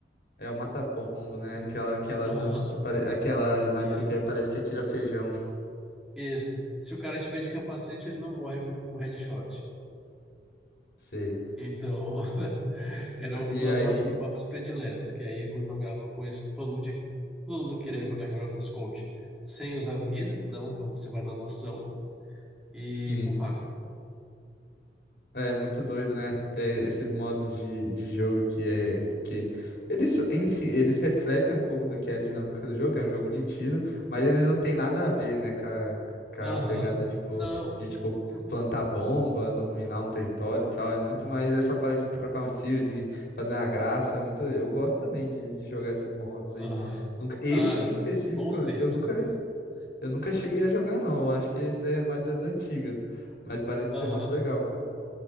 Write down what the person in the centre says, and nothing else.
Aham,
isso,
isso. Se o cara tiver de capacete, ele não morre com um headshot.
Então, <laughs> eram
duas
mapas mapas prediletas, que aí eu jogava com esse, todo mundo, tinha que- todo mundo queria jogar, jogava com Scout, sem usar mira, não, então você vai na noção, e
com faca.
Aham,
não,
hum,
aham,
ah,
bons tempos.
Aham,